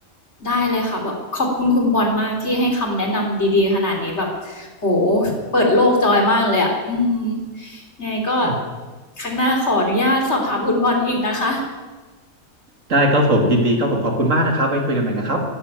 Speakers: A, on the left; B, on the right.
A: ได้เลยค่ะแบบขอบคุณคุณบอลมากที่ให้คำแนะนำดีๆขนาดนี้แบบโหเปิดโลกจอยมากเลยอ่ะอืมยังไงก็
B: โอ
A: ครั้งหน้าขออนุญาตสอบถามคุณบอลอีกนะคะ
B: ได้ครับผมยินดีครับผมขอบคุณมากนะครับไว้คุยกันใหม่นะครับ